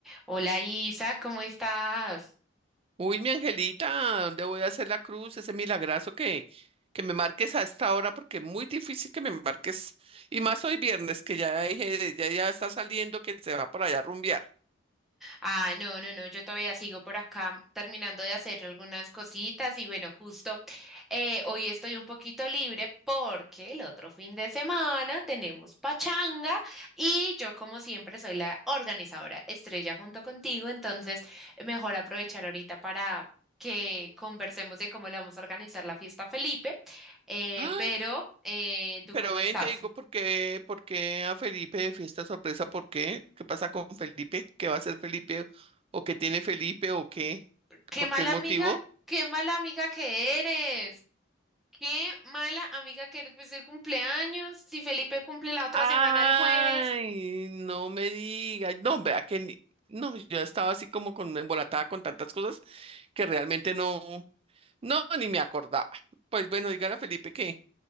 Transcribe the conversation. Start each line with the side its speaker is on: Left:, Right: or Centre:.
Centre: Hola Isa, ¿cómo estás?
Right: Uy, mi angelita, ¿dónde voy a hacer la cruz? Ese milagrazo que, que me marques a esta hora, porque es muy difícil que me marques. Y más hoy viernes, que ya dije, ya, ya está saliendo, que se va por allá a rumbear.
Centre: Ah, no, no, no, yo todavía sigo por acá terminando de hacer algunas cositas y bueno, justo eh, hoy estoy un poquito libre porque el otro fin de semana tenemos pachanga y yo como siempre soy la organizadora estrella junto contigo, entonces mejor aprovechar ahorita para que conversemos de cómo le vamos a organizar la fiesta a Felipe, eh,
Right: ah
Centre: pero eh, ¿tú
Right: Pero
Centre: cómo
Right: ven,
Centre: estás?
Right: te digo por qué, por qué a Felipe de fiesta sorpresa, ¿por qué? ¿Qué pasa con Felipe? ¿Qué va a hacer Felipe? ¿O qué tiene Felipe? ¿O qué?
Centre: Qué
Right: ¿Por
Centre: mala
Right: qué motivo?
Centre: amiga, qué mala amiga que eres. Qué mala amiga que eres. Pues el cumpleaños. Si Felipe cumple la otra
Right: Ay,
Centre: semana el jueves.
Right: no me digas. No, vea que ni- no, yo estaba así como con embolatada con tantas cosas que realmente no, no, ni me acordaba. Pues bueno, dígale a Felipe que,